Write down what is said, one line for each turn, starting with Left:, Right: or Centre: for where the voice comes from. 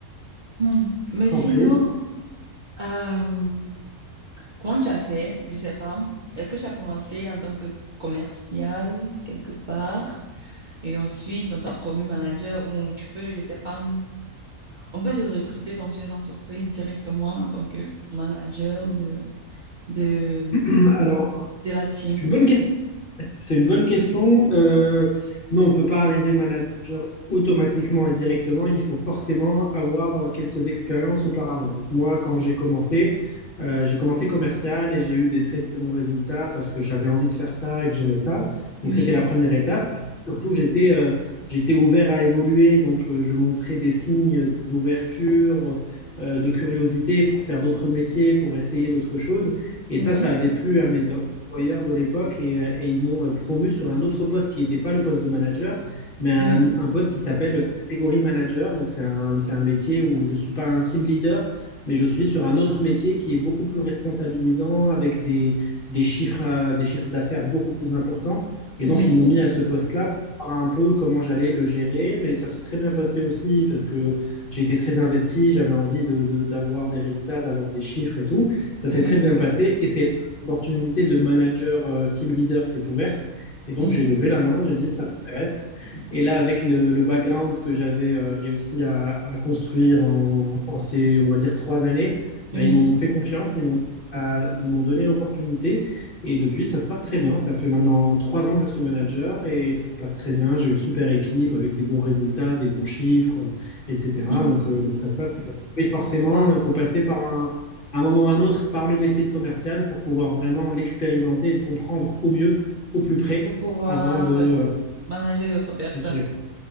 Right: Hmm. Mais
Left: T'en
Right: sinon,
Left: prie.
Right: euh, comment tu as fait? Je sais pas. Est-ce que tu as commencé en tant que commercial quelque part et ensuite on t'a promu manager ou tu peux, je sais pas, on peut te recruter dans une entreprise directement en tant que manager de de
Left: <clears throat> Alors,
Right: de la team.
Left: c'est une bonne question. C'est une bonne question. Euh, non, on peut pas arriver manager automatiquement et directement. Il faut forcément avoir euh, quelques expériences auparavant. Donc, moi, quand j'ai commencé, euh, j'ai commencé commercial et j'ai eu des très bons résultats parce que j'avais envie de faire ça et que j'aimais ça. Donc,
Right: Oui,
Left: c'était la première étape. Surtout, j'étais euh, j'étais ouvert à évoluer. Donc, euh, je montrais des signes d'ouverture, euh, de curiosité pour faire d'autres métiers, pour essayer d'autres choses. Et
Right: oui,
Left: ça, ça avait plu à mes, employeur de l'époque et, euh, et ils m'ont euh, promu sur un autre poste qui n'était pas le poste de manager, mais un,
Right: oui,
Left: un poste qui s'appelle euh, catégorie manager. Donc c'est un, c'est un métier où je ne suis pas un team leader, mais je suis sur un autre métier qui est beaucoup plus responsabilisant, avec des, des chiffres, à- des chiffres d'affaires beaucoup plus importants. Et
Right: oui,
Left: donc ils m'ont mis à ce poste-là. pour voir un peu comment j'allais le gérer, mais ça s'est très bien passé aussi parce que j'étais très investi, j'avais envie de, de- d'avoir des résultats, d'avoir des chiffres et tout. Ça s'est
Right: oui,
Left: très bien passé et c'est opportunité de manager euh, team leader s'est ouverte. Et donc,
Right: oui,
Left: j'ai levé la main, j'ai dit, ça m'intéresse. Et là, avec le, le background que j'avais euh, réussi à, à construire en, en ces, on va dire, trois années,
Right: oui.
Left: bah, ils m'ont fait confiance, ils m'ont à- ils m'ont donné l'opportunité. Et depuis, ça se passe très bien. Ça fait maintenant trois ans que je suis manager et ça se passe très bien. J'ai une super équipe avec des bons résultats, des bons chiffres, etc.
Right: <laughs>
Left: Donc, euh, donc ça se passe très bien. Et forcément,
Right: Wow.
Left: il faut passer par un, à un moment ou à un autre par le métier de commercial pour pouvoir vraiment l'expérimenter et le comprendre au mieux, au plus près,
Right: pour pouvoir
Left: avant de
Right: euh,
Left: euh,
Right: manager d'autres personnes.
Left: manager.